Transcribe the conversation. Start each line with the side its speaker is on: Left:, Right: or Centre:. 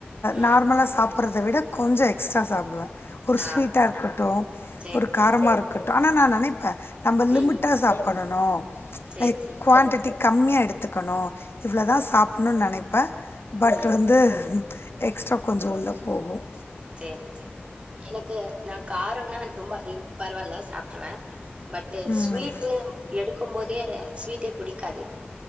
Right: ம்.
Left: நார்மலா சா ப்றத விட கொஞ்சம் எக்ஸ்ட்ரா சாப்டுவேன் ஒரு
Right: ஆ.
Left: ஸ்வீட்டா இருக்கட்டும்
Right: சரி,
Left: ஒரு
Right: சரி.
Left: காரமா இருக்கட்டும் நான் நினைப்பேன் நம்ம லிமிட்டா
Right: ம், ம்.
Left: சாப்ட ணும்
Right: சரி,
Left: லைக்
Right: சரி.
Left: குவான்டிட்டி கம்மியா எடுத்து கத்துக்கணும் இவ்வளோ தான் சாப்பிடணும்னு நினைப்பேன் பட்
Right: ம்,
Left: வந்து எக்ஸ்ட்ரா கொஞ்சம் உள்ள போகும்
Right: செரி செரி எனக்கு நான் காரம்னா ரொம்ப அதிகம் பரவாயில்ல சாப்டுருவேன் பட்
Left: ம்
Right: ஸ்வீட்டு எடுக்கும் போதே ஸ்வீட்டே புடிக்காது